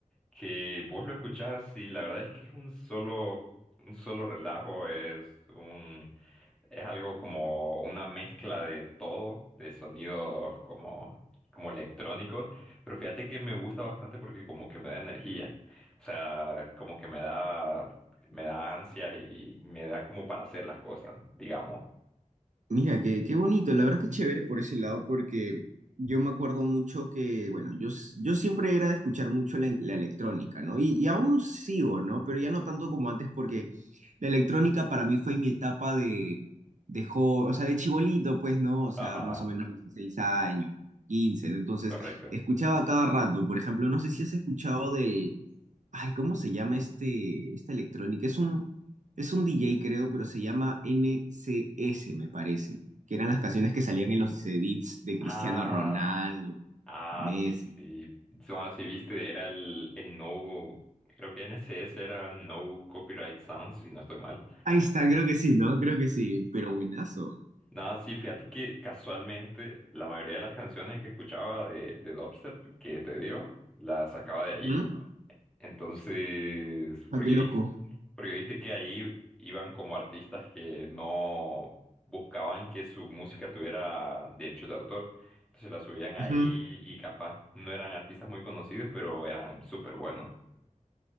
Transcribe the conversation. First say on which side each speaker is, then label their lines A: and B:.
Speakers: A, in the centre; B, on the right (about 70°).
A: que vos lo escuchás y la verdad es que es un solo, un solo relajo, es un Es algo como una mezcla de todo, de sonidos como, como electrónicos, pero fíjate que me gusta bastante porque como que me da energía, o sea, como que me da, me da ansias y me da como para hacer las cosas, digamos.
B: Mira, qué, qué bonito, la verdad que chévere por ese lado, porque yo me acuerdo mucho que, bueno, yo, s- yo siempre era de escuchar mucho la, la electrónica, ¿no? Y, y aún sigo, ¿no? Pero ya no tanto como antes, porque la electrónica para mí fue mi etapa de, de jo- o sea, de chibolito, pues, ¿no? O sea,
A: Ajá,
B: más o menos 16 años, quince ¿no? Entonces,
A: correcto.
B: escuchaba cada rato, por ejemplo, no sé si has escuchado del, Ay, ¿cómo se llama este, esta electrónica? Es un, es un DJ, creo, pero se llama NCS, me parece. Que eran las canciones que salían en los edits de Cristiano
A: Ah,
B: Ronaldo,
A: ah,
B: Messi.
A: sí, sí, sí. No, sí, viste, era el, el no, creo que NCS era No Copyright Sounds, si no estoy mal.
B: Ahí está, creo que sí, ¿no? Creo que sí, pero buenazo.
A: Nada, sí, fíjate que casualmente la mayoría de las canciones que escuchaba de, de dubstep que te dio, las sacaba de allí.
B: Ujú.
A: Entonces,
B: Ah,
A: porque
B: qué loco.
A: viste, porque viste que ahí iban como artistas que no buscaban que su música tuviera derechos de autor. Entonces la subían ahí
B: Ujú.
A: y capaz no eran artistas muy conocidos, pero eran súper buenos.